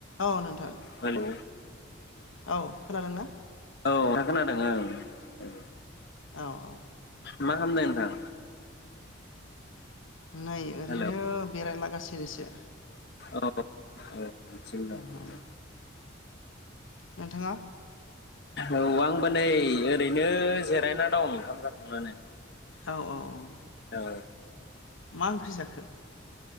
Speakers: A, on the left; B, on the left.
A: औ नोंथां।
B: हेलौ
A: औ खोनादों ना?
B: औ नोंथां खोनादों ओं ओं।
A: औ औ।
B: मा खामदों नोंथां?
A: नै ओरैनो
B: हेलौ
A: बेरायला गा सिनोसो
B: औ औ थिनदों
A: औ
B: थिनदों।
A: औ नोंथाङा?
B: औ आंबो नै ओरैनो जिरायना दं ओंखाम जाखांनानै।
A: औ औ औ।
B: औ
A: मा ओंख्रि जा खो?